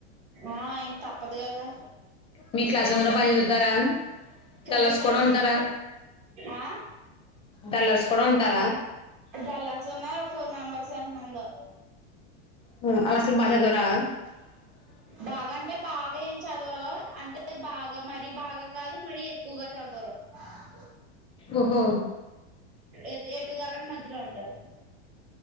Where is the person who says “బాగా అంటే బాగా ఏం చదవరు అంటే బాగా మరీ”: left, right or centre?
Right